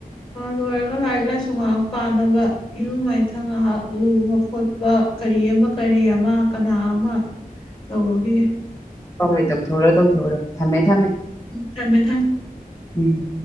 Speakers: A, on the left (about 35°); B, on the left (about 20°).
A: ꯂꯣꯏꯔꯒ ꯂꯥꯏꯔꯤꯛ ꯂꯥꯏꯁꯨ ꯉꯥꯏꯍꯥꯛ ꯄꯥꯅꯕ ꯏꯔꯨ ꯃꯥꯏꯊꯪ ꯉꯥꯏꯍꯥꯛ ꯂꯨꯕ ꯈꯣꯠꯄ ꯀꯔꯤ ꯑꯃ ꯀꯔꯤ ꯑꯃ ꯀꯅꯥ ꯑꯃ ꯇꯧꯔꯨꯈꯤꯒꯦ꯫
B: ꯍ ꯍꯣꯏ ꯇꯧꯊꯣꯛꯎꯔꯣ ꯇꯧꯊꯣꯛꯎꯔꯣ ꯊꯝꯃꯦ ꯊꯝꯃꯦ꯫
A: ꯊꯝꯃꯦ ꯊꯝ
B: ꯎꯝ